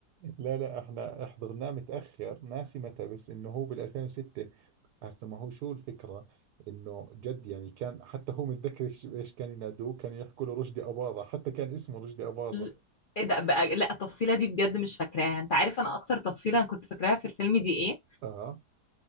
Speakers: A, on the right; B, on the left.
A: لا لا احنا حضرناه متأخر ناسي متى بس انه هو بال 2006 هسه ما هو شو الفكرة انه جد يعني كان حتى هو متذكر إيش إيش كان ينادوه كانوا يحكوا له رشدي أباظة حتى كان اسمه رشدي أباظة
B: ل- ايه ده بقى لا التفصيلة دي بجد مش فاكراها انت عارف انا اكتر تفصيلة انا كنت فاكراها في الفيلم دي ايه
A: اه